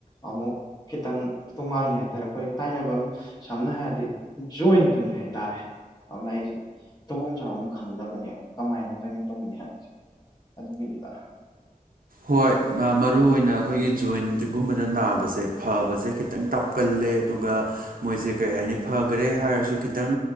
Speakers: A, on the left; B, on the right.
A: ꯑꯃꯨꯛ ꯈꯤꯇꯪ ꯇꯣꯡꯉꯥꯂꯦ ꯍꯥꯏꯇꯥꯔꯦ ꯑꯩꯈꯣꯏ ꯇꯥꯏꯅꯕꯝ ꯁꯝꯅ ꯍꯥꯏꯔꯗꯤ ꯖꯣꯏꯟꯇꯨꯅꯤ ꯍꯥꯏꯇꯥꯔꯦ ꯑꯗꯨꯅ ꯑꯩꯁꯦ ꯇꯐꯝꯝ ꯆꯥꯐꯝ ꯈꯪꯗꯕꯅꯦꯕ ꯀꯃꯥꯏꯅ ꯀꯔꯤ ꯇꯧꯅꯤ ꯍꯥꯏꯕꯁꯦ ꯑꯗꯨꯒꯤꯅꯤꯗ
B: ꯍꯣꯏ ꯃꯔꯨ ꯑꯣꯏꯅ ꯑꯩꯈꯣꯏꯒꯤ ꯖꯣꯏꯟꯒꯨꯝꯕꯗ ꯅꯥꯕꯁꯦ ꯐꯕꯁꯦ ꯈꯤꯇꯪ ꯇꯞ ꯀꯜꯂꯦ ꯑꯗꯨꯒ ꯃꯣꯏꯁꯦ ꯀꯔꯤ ꯍꯥꯏꯅꯤ ꯐꯒ꯭ꯔꯦ ꯍꯥꯏꯔꯁꯨ ꯈꯤꯇꯪ